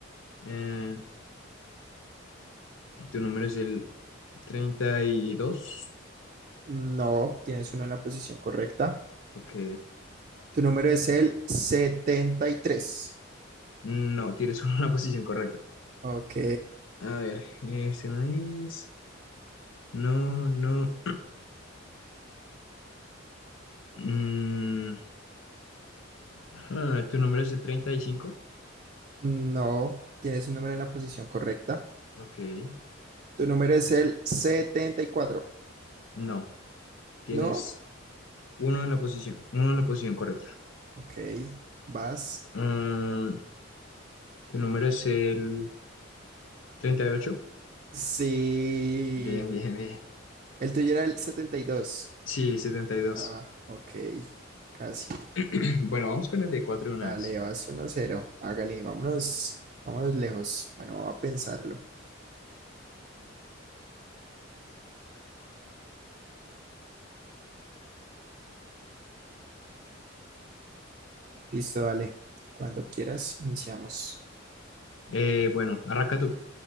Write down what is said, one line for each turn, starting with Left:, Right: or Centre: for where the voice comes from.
Left: Eh, tu número es el 32.
Right: No, tienes uno en la posición correcta.
Left: Ok.
Right: Tu número es el 73.
Left: No, tienes <laughs> uno en la posición correcta.
Right: Ok.
Left: A ver, ese no es. No, no. Mm, ah, tu número es el 35.
Right: No, tienes un número en la posición correcta.
Left: Ok.
Right: Tu número es el 74.
Left: No, tienes
Right: ¿No?
Left: uno en la posición, uno en la posición correcta.
Right: Ok, vas.
Left: Mm, tu número es el 38.
Right: Sí.
Left: Bien, bien, bien.
Right: El tuyo era el 72.
Left: Sí, 72.
Right: Ah, ok. Casi.
Left: <laughs> Bueno, vamos con las de cuatro de una
Right: Dale,
Left: vez.
Right: vas uno cero. Hágale, vámonos. Vámonos lejos. Bueno, vamos a pensarlo. Listo, dale. Cuando quieras, iniciamos.
Left: Eh, bueno, arranca tú.